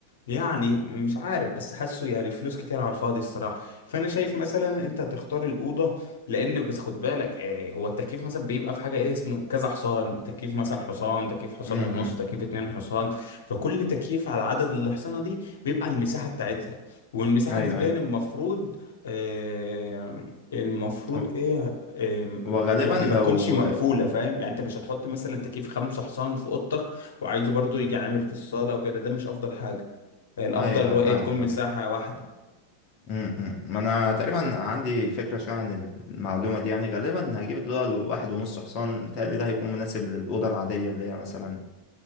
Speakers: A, on the left; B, on the left.
A: يعني مش عارف بس حاسه يعني فلوس كتير على الفاضي الصراحه فانا شايف مثلا انت تختار الاوضه لان بس خد بالك آه، هو التكييف مثلا بيبقى في حاجه ايه اسمه كذا حصان تكييف مثلا حصان تكييف حصان
B: امم
A: ونص
B: امم.
A: تكييف اتنين حصان فكل تكييف على عدد الحصانه دي بيبقى على المساحه بتاعتها والمساحه
B: أيوه
A: نسبيا
B: أيوه
A: المفروض آه، المفروض
B: و-
A: ايه آه،
B: وغالبا
A: يعني
B: لو
A: ما تكونش مقفوله
B: آه،
A: فاهم يعني انت مش هتحط مثلا تكييف خمسة حصان في اوضتك وعايزه برضو يجي عامل في الصاله وكده ده مش افضل حاجه الافضل
B: أيوه
A: اللي
B: أيوه
A: هو
B: فاهمك
A: ايه تكون
B: فاهم
A: مساحه واحده
B: امم أمم. ما انا تقريبا عندي فكره شويه عن المعلومه دي يعني غالبا هجيب الدولار واحد ونص حصان متهيألي ده هيكون مناسب للاوضه العاديه اللي هي مثلا